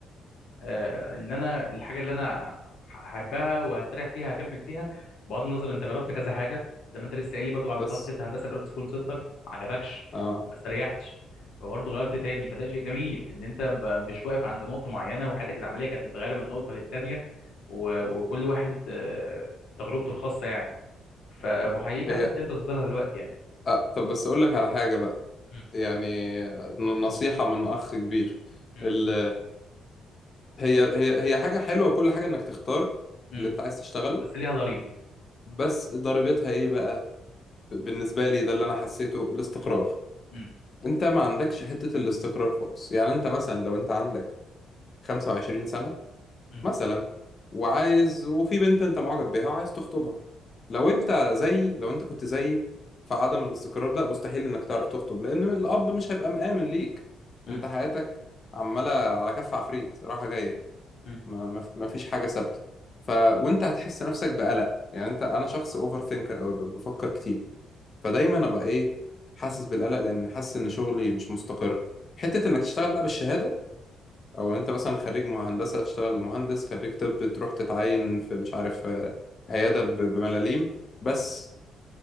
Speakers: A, on the left (about 75°); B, on the left (about 40°).
A: آه، ان انا الحاجه اللي انا هحبها وهستريح فيها هكمل فيها بغض النظر انت جربت كذا حاجه زي ما انت لسه قايل لي برضو بعد ما
B: بس
A: خلصت انت هندسه جربت كول سنتر ما عجبكش
B: اه
A: ما استريحتش فبرضه غيرت تاني فده شيء جميل ان انت ب- مش واقف عند نقطه معينه وحياتك العمليه كانت متغيره من نقطه للتانيه و- وكل واحد آه، تجربته الخاصه يعني فبحييك
B: هي
A: على الحته اللي انت وصلت لها دلوقتي يعني
B: أه طب بس أقول لك على حاجة بقى
A: م-
B: يعني ن- نصيحة من أخ كبير
A: م-
B: ال هي هي هي حاجة حلوة كل حاجة إنك تختار
A: م.
B: اللي أنت عايز تشتغله
A: بس ليها ضريبه
B: بس ضريبتها إيه بقى بالنسبة لي ده اللي أنا حسيته الاستقرار
A: م- م-
B: أنت ما عندكش حتة الاستقرار خالص يعني أنت مثلا لو أنت عندك 25 سنة
A: م-
B: مثلا وعايز وفي بنت انت معجب بيها وعايز تخطبها لو انت زي لو انت كنت زيي فعدم الاستقرار ده مستحيل انك تعرف تخطب لان الاب مش هيبقى مآمن ليك
A: م-
B: انت حياتك عمالة على كف عفريت رايحة جاية
A: م-
B: ما ما- ما فيش حاجة ثابتة ف وانت هتحس نفسك بقلق يعني انت انا شخص اوفر ثينكر قوي بفكر كتير فدايما ابقى ايه حاسس بالقلق لان حاسس ان شغلي مش مستقر حتة انك تشتغل بقى بالشهادة او انت مثلا خريج مه- هندسه تشتغل مهندس خريج طب تروح تتعين في مش عارف آه، عياده ب- بملاليم بس